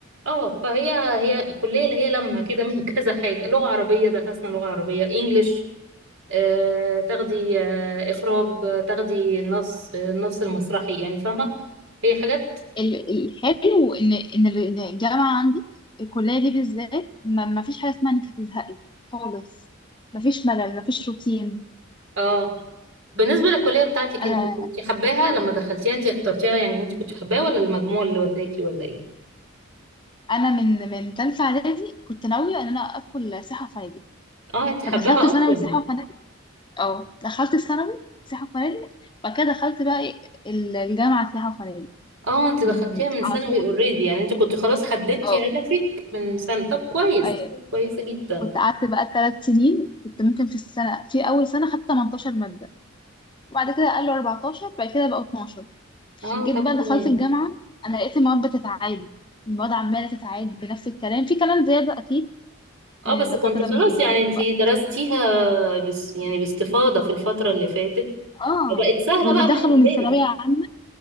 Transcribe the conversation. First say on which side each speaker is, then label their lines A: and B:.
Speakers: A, on the right; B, on the left.
A: اه فهي هي كلية اللي هي لما كده من <laughs> كذا حاجة لغة عربية درسنا لغة عربية انجليش آه تاخدي آه اخراج آه، تاخدي النص آه، النص المسرحي يعني فاهمة هي حاجات
B: ال- الحلو ان ان ال- إن الجامعه عندي الكليه دي بالذات ما ما فيش حاجه اسمها انك هتزهقي خالص ما فيش ملل ما فيش روتين
A: اه بالنسبة للكلية بتاعتك
B: انا
A: انت كنت حباها لما دخلتيها انت اخترتيها يعني انت كنت حباها ولا المجموع اللي وداكي ولا ايه
B: انا من من ثالثه اعدادي كنت ناويه ان انا ادخل سياحه وفنادق
A: اه انت حباها
B: فدخلت ثانوي
A: اصلا
B: سياحه وفنادق اه دخلت ثانوي سياحه وفنادق بعد كده دخلت بقى إيه ال- الجامعه سياحه وفنادق
A: اه انت دخلتيها
B: من
A: من ثانوي
B: على طول
A: اوريدي يعني انت كنت خلاص حددتي
B: اه
A: هدفك من سنة طب كويس
B: ايوه
A: كويسة جدا
B: كنت قعدت بقى ثلاث سنين كنت ممكن في السنه في اول سنه خدت 18 ماده وبعد كده قالوا 14 بعد كده بقوا 12
A: اه
B: جيت
A: طب
B: بقى
A: كويس
B: دخلت الجامعة أنا لقيت المواد بتتعاد المواد عمالة تتعاد بنفس الكلام في كلام زيادة أكيد
A: اه
B: من
A: بس
B: الدكاترة
A: كنت خلاص
B: لما بيجودوا
A: يعني انت
B: بقى
A: درستيها بس يعني باستفاضة في الفترة اللي فاتت
B: اه
A: فبقت سهلة
B: واللي
A: بقى
B: دخلوا
A: بالنسبة
B: من ثانوية
A: لك
B: عامة